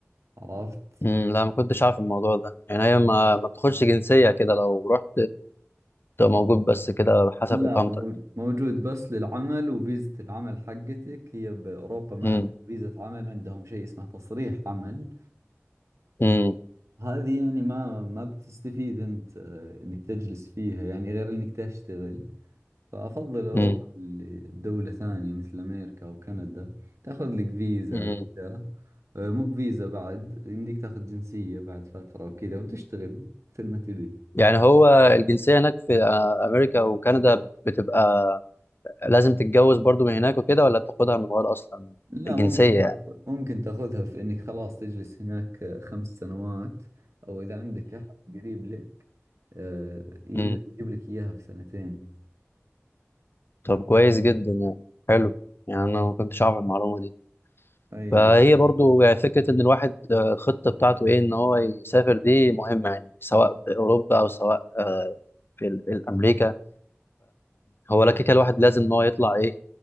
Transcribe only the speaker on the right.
عرفت
لا
مو- موجود بس للعمل وفيزة العمل حقتك هي بأوروبا ما
عندهم فيزة عمل عندهم شيء اسمه تصريح عمل
هذه يعني ما ما بتستفيد انت آه، انك تجلس فيها يعني غير انك تشتغل فافضل اروح
لدولة ثانية مثل امريكا او كندا تاخذ لك فيزا
كذا آه، مو بفيزا بعد يمديك تاخذ جنسية بعد فترة وكذا وتشتغل مثل ما تبي
لا
ممكن تاخذ
ممكن تاخذها في انك خلاص تجلس هناك آه، خمس سنوات او اذا عندك احد قريب لك آه، يقدر
يجيب لك اياها في سنتين
اي